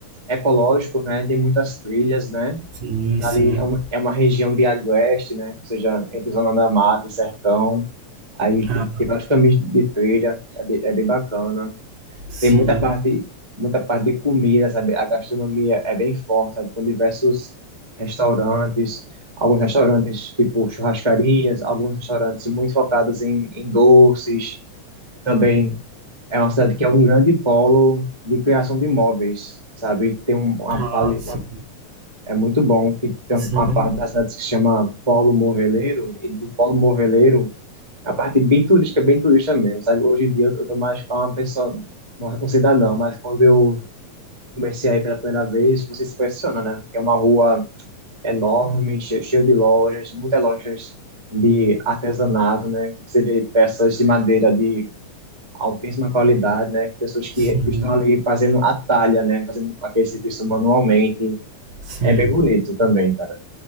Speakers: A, on the right (about 15°); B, on the right (about 85°).
A: ecológico, né? Tem muitas trilhas, né?
B: Sim,
A: Ali
B: sim.
A: é um- é uma região de agreste, né? Ou seja, entre Zona da Mata e Sertão. Aí tem,
B: Ah,
A: tem vários caminhos de trilha, é bem, é bem bacana.
B: sim.
A: Tem muita parte, muita parte de comida, sabe? A gastronomia é bem forte, sabe? Com diversos restaurantes, alguns restaurantes tipo churrascarias, alguns restaurantes muito focados em, em doces. Também é uma cidade que é um grande polo de criação de imóveis, sabe? Tem um, uma, pali-
B: Ah, sim.
A: uma é muito bom que tem
B: Sim,
A: uma parte da cidade que se chama Polo Moveleiro, e do Polo Moveleiro é a parte bem turística, bem turista mesmo, sabe? Hoje em dia eu eu tô mais para uma pessoa um cidadão, mas quando eu comecei aí pela primeira vez, você se impressiona, né? É uma rua enorme, che- cheia de lojas, muitas lojas de artesanato, né? Você vê peças de madeira de altíssima qualidade, né? Pessoas que
B: sim,
A: estão ali fazendo a talha, né? Fazendo aquele serviço manualmente.
B: sim.
A: É bem bonito também, cara.